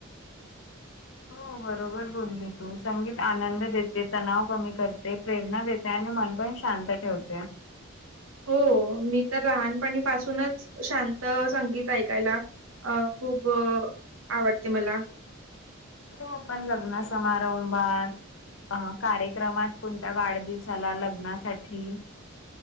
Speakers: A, on the left; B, on the right.
A: हो बरोबर बोलली तू, संगीत आनंद देते तणाव कमी करते प्रेरणा देते आणि मन पण शांत ठेवते.
B: हो मी तर लहानपणीपासूनच शांत संगित ऐकायला अ खूप आवडते मला.
A: हो पण लग्ना समारंभभात अ कार्यक्रमात कोणत्या वाढदिवसाला लग्नासाठी